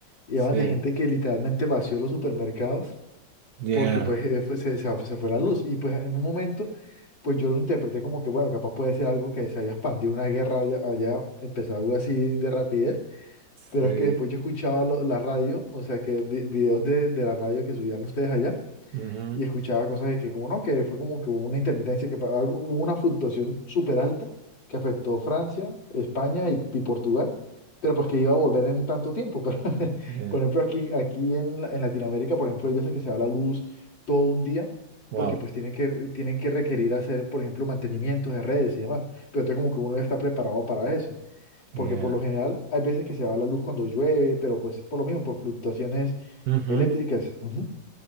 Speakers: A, on the left; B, on the right.
A: y
B: sí,
A: hablan de gente que literalmente vació los supermercados
B: ya.
A: porque pues eh, fue- se, se- se fue la luz. Y pues en un momento, pues yo lo interpreté como que, bueno, capaz puede ser algo que se haya expandido una guerra allá, allá, empezó algo así de rapidez, pero
B: Sí.
A: es que después yo escuchaba lo- la radio, o sea, que vi- videos de, de la radio que subían ustedes allá
B: hmm
A: y escuchaba cosas de que, como no, que fue como que hubo una intermitencia, que pa- algo- hubo una fluctuación súper alta que afectó Francia, España y, y Portugal, pero pues que iba a volver en tanto tiempo. <laughs> Pero,
B: Yeah.
A: por ejemplo, aquí, aquí en, la- en Latinoamérica, por ejemplo, hay veces que se va la luz todo un día.
B: Wow.
A: porque pues tienen que, tienen que requerir hacer, por ejemplo, mantenimientos de redes y demás. Pero entonces como que uno ya está preparado para eso, porque
B: Yeah.
A: por lo general hay veces que se va la luz cuando llueve, pero pues por lo mismo, por fluctuaciones
B: hmm
A: eléctricas. Ujú,